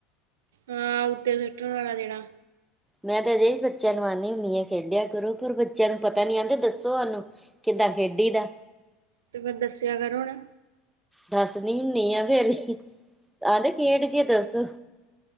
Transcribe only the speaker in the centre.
ਮੈਂ ਤਾਂ ਅਜੇ ਵੀ ਬੱਚਿਆਂ ਨੂੰ ਆਉਂਦੀ ਹੁੰਦੀ ਹਾਂ ਖੇਡਿਆ ਕਰੋ ਪਰ ਬੱਚਿਆਂ ਨੂੰ ਪਤਾ ਨੀ ਆਉਂਦਾ ਦੱਸੋ ਉਹਨੂੰ ਕਿੱਦਾਂ ਖੇਡੀ ਦਾ
ਦੱਸਣੀ ਹੁੰਦੀ ਆ ਫੇਿਰ ਆਹਦੇ ਖੇਡਕੇ ਦੱਸੋ?